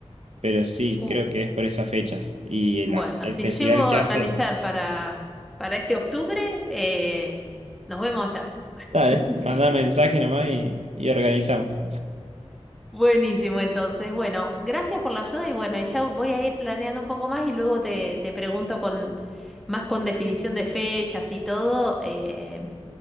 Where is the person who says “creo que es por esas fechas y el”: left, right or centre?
Right